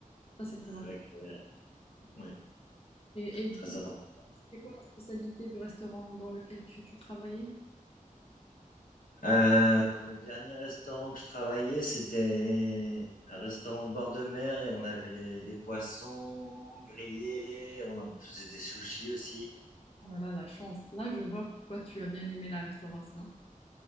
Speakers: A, on the left (about 45°); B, on the left (about 70°).
A: ça, c'est très important.
B: avec. Oui,
A: Et, et du
B: très
A: coup,
B: important.
A: c'était quoi la spécialité du restaurant dans lequel tu, tu travaillais?
B: Euh, alors, le dernier restaurant que je travaillais, c'était un restaurant au bord de mer et on avait des, des poissons grillés, on, en- on faisait des sushis aussi.
A: Oh là là, la chance. Là, je vois pourquoi tu as bien aimé la restauration.